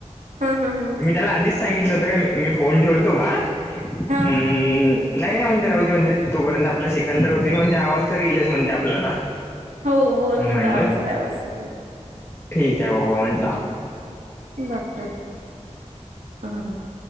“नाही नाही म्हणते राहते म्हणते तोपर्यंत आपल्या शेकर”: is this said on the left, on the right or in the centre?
Left